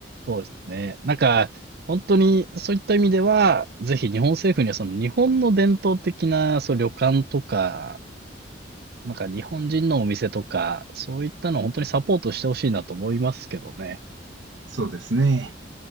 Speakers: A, on the right; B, on the right.
A: そうですね。なんか、本当にそういった意味では、ぜひ日本政府にはその日本の伝統的なそう旅館とか、なんか日本人のお店とか、そういったのを本当にサポートしてほしいなと思いますけどね。
B: そうですね。